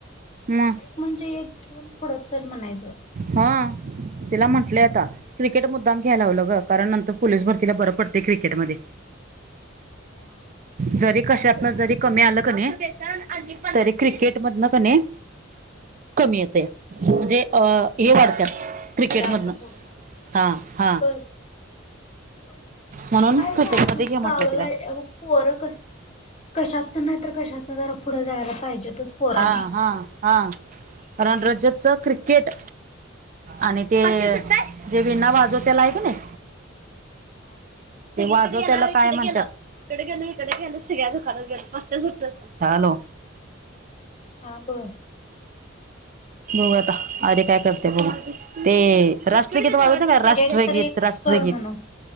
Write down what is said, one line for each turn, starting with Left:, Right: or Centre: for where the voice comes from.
Right: म?
Left: एक म्हणजे एक घेऊन पुढ चल म्हणायचं.
Right: हा तिला म्हंटलंय आता क्रिकेट मुद्दाम घ्याय लावलं ग कारण नंतर पोलीस भरतीला बरं पडतय क्रिकेट मध्ये.
Left: हा
Right: जरी कशातन जरी कमी आलं क नाही तरी क्रिकेट
Left: हम्म
Right: मधन क नाही कमी येतया. म्हणजे अ हे वाढतात
Left: हो.
Right: क्रिकेटमधनं
Left: जास्त फुड जातय.
Right: हा हा
Left: बस. <unintelligible>
Right: म्हणून
Left: हाय
Right: क्रिकेट
Left: का अस
Right: मध्ये घे म्हटलं
Left: चांगलाय
Right: तिला
Left: मग पोर कशी कशातन नाही तर कशातनं जरा पुढं जायला पाहिजेतच पोर
Right: हा
Left: आणि
Right: हा हा कारण रजतच क्रिकेट आणि ते जे विणा वाजवत्याला आहे का नाही?
Left: हा.
Right: ते वाजवत्याल काय म्हणत्यात? इकड गेल इकड गेल सगळ्या दुकानात गेलो पाचशेच सुट्टच नाही. हॅलो.
Left: आ बर.
Right: बघूया आता. अरी काय करत्या बघू. ते राष्ट्रगीत वाळुदे काय? राष्ट्रगीत.
Left: एक तर एक
Right: राष्ट्रगीत.
Left: कर म्हणू